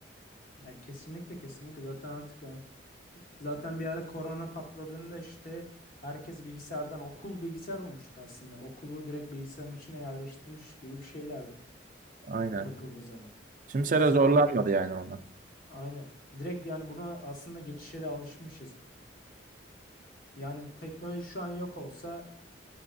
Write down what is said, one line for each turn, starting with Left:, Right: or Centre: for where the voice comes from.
Left: Ya kesinlikle kesinlikle zaten artık yani zaten bir ara korona patladığında işte herkes bilgisayardan okul bilgisayar olmuştu aslında. Okulu direkt bilgisayarın içine yerleştirmiş gibi bir şeylerdi
Right: Aynen.
Left: bak, bakıldığı zaman.
Right: Kimse
Left: Yani sınav
Right: de zorlanmadı yani ona.
Left: aynen. Direkt yani buna aslında geçişe de alışmışız. Yani teknoloji şu an yok olsa